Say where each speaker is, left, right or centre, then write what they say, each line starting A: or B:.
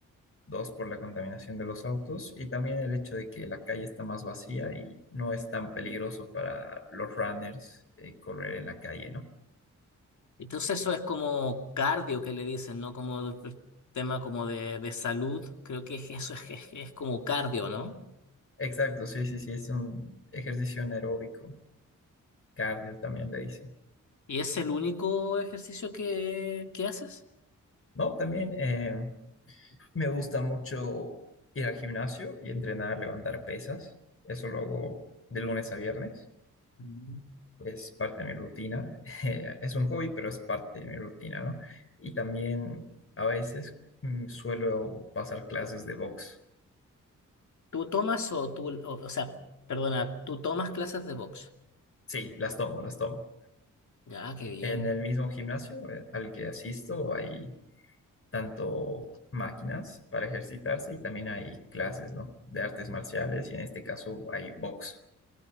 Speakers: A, on the left; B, on the left.
A: dos, por la contaminación de los autos y también el hecho de que la calle está más vacía y no es tan peligroso para los runners eh, correr en la calle, ¿no?
B: entonces eso es como cardio que le dicen, ¿no? Como de- tema como de, de salud. Creo que es- eso <laughs> es, es, es como cardio, ¿no?
A: Exacto, sí, sí, sí, es un ejercicio anaeróbico, cardio también le dicen.
B: ¿Y es el único ejercicio que, que haces?
A: No, también... eh, Me gusta mucho ir al gimnasio y entrenar, levantar pesas. Eso lo hago de lunes a viernes.
B: Mm.
A: Es parte de mi rutina. <laughs> Eh, es un hobby, pero es parte de mi rutina, ¿no? Y también a veces mm, suelo pasar clases de box.
B: ¿Tú tomas o tú, o, o sea, perdona, tú tomas clases de box?
A: Sí, las tomo, las tomo.
B: Ya, qué bien.
A: En el mismo gimnasio eh, al que asisto hay tanto máquinas para ejercitarse y también hay clases, ¿no? De artes marciales y en este caso hay box.